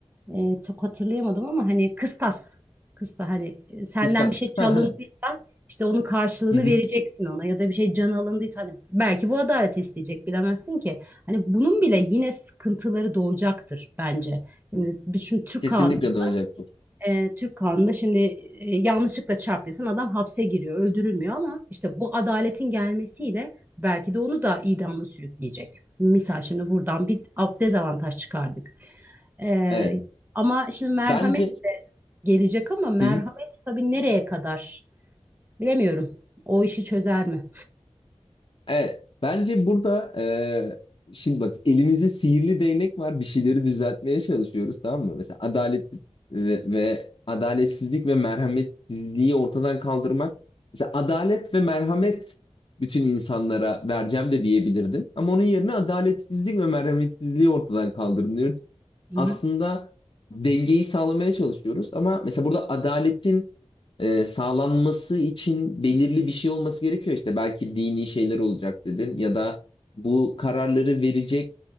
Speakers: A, on the right; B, on the left.
A: E, çok hatırlayamadım ama hani kıstas. Kısta hani e, senden
B: Kıstas.
A: bir şey çalındıysa
B: Hı hı,
A: işte onun karşılığını
B: hı hı.
A: vereceksin ona ya da bir şey can alındıysa hani belki bu adaleti isteyecek bilemezsin ki. Hani bunun bile yine sıkıntıları doğacaktır bence. Şimdi, şimdi Türk
B: Kesinlikle
A: kanunu
B: doğacaktır.
A: e, Türk kanununda şimdi e, yanlışlıkla çarpılsın adam hapse giriyor, öldürülmüyor ama işte bu adaletin gelmesiyle belki de onu da idama sürükleyecek. Misal şimdi buradan bir av- dezavantaj çıkardık. E,
B: Evet.
A: ama şimdi merhamet
B: Bence
A: gelecek ama merhamet
B: hı hı.
A: tabii nereye kadar bilemiyorum. O işi çözer mi?
B: Evet. Bence burada e, şimdi bak elimizde sihirli değnek var. Bir şeyleri düzeltmeye çalışıyoruz tamam mı? Mesela adalet ve, ve adaletsizlik ve merhametsizliği ortadan kaldırmak. Mesela adalet ve merhamet bütün insanlara vereceğim de diyebilirdin. Ama onun yerine adaletsizlik ve merhametsizliği ortadan kaldırılıyor
A: Hı
B: aslında
A: hı.
B: dengeyi sağlamaya çalışıyoruz ama mesela burada adaletin e, sağlanması için belirli bir şey olması gerekiyor işte belki dini şeyler olacak dedin ya da bu kararları verecek